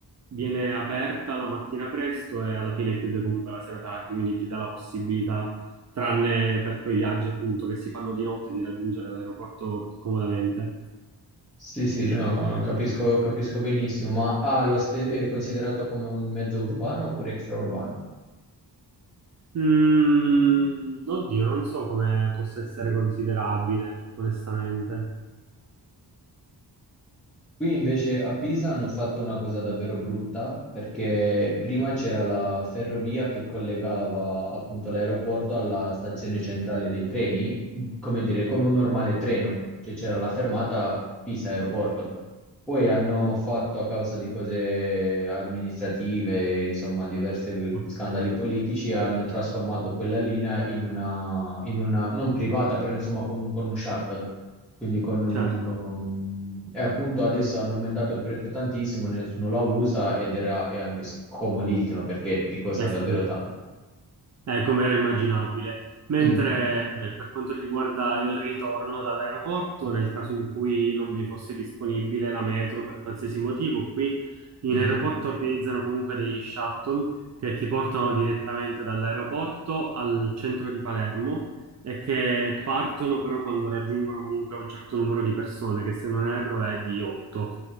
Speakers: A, on the right (about 40°); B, in the centre.
A: viene aperta la mattina presto e alla fine chiude comunque la sera tardi, quindi ti dà la possibilità, tranne per quei viaggi appunto che si fanno di notte, di raggiungere l'aeroporto comodamente.
B: Sì, sì, no, capisco, capisco benissimo, ma ah, lo ste- è considerato come un mezzo urbano oppure extraurbano?
A: Mm, oddio, non so come possa essere considerabile, onestamente.
B: Qui invece a Pisa hanno fatto una cosa davvero brutta perché prima c'era la ferrovia che collegava appunto l'aeroporto alla stazione centrale dei treni, come dire, come un normale treno, cioè c'era la fermata Pisa aeroporto. Poi hanno fatto a causa di cose amministrative, insomma, diversi
A: Ok,
B: scandali politici, hanno trasformato quella linea in una, in una non privata, però insomma comunque con un shuttle. Quindi con un...
A: certo.
B: E appunto adesso hanno aumentato il prezzo tantissimo, nessuno la usa ed era, è anche scomodissima perché ti costa
A: Eh
B: davvero
A: sì.
B: tanto.
A: eh, come era immaginabile. Mentre
B: Mm.
A: eh, per quanto riguarda il ritorno dall'aeroporto, nel caso in cui non vi fosse disponibile la metro per qualsiasi motivo, qui in
B: Mhm.
A: aeroporto organizzano comunque degli shuttle che ti portano direttamente dall'aeroporto al centro di Palermo e che partono però quando raggiungono comunque un certo numero di persone, che se non erro è di 8.